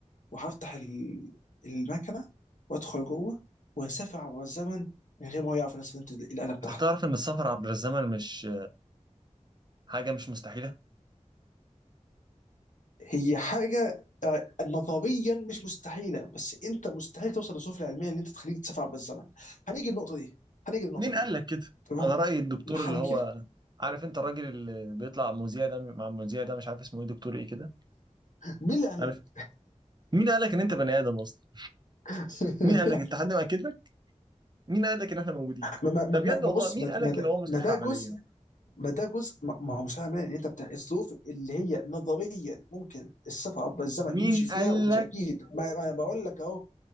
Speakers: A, on the left; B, on the right.
A: وهفتح ال- المكنه وادخل جوه واسافر عبر الزمن من غير ما هو يعرف انا استخدمت الاله بتاعته
B: انت تعرف ان السفر عبر الزمن مش حاجة مش مستحيلة؟
A: هي حاجه آه، نظريا مش مستحيله بس انت مستحيل توصل للسفلى العلميه ان انت تخليك تسافر عبر الزمن هنيجي النقطه دي هنيجي النقطه
B: مين
A: دي
B: قال لك كده
A: تمام
B: على رأي الدكتور
A: ما هننكر
B: اللي هو عارف انت الراجل اللي بيطلع مذيع ده مع المذيع ده مش عارف اسمه ايه دكتور ايه كده
A: مين اللي قال
B: عارف
A: لك؟
B: مين قال لك ان انت بني ادم اصلا
A: <laughs>
B: مين قال لك انت حد مأكد لك مين قال لك ان احنا موجودين
A: ما ما ما
B: ده بجد
A: ما-
B: والله
A: بص
B: مين
A: ما ده
B: قال لك
A: ما ده
B: ان هو مستحيل
A: ما ده
B: عمليا
A: جزء ما ده جزء ما ما هو مش معنى ان انت بتاع الظروف اللي هي نظريا ممكن السفر عبر الزمن
B: مين
A: يمشي فيها
B: قال
A: ومش
B: لك
A: اكيد ما, ما انا بقول لك اهو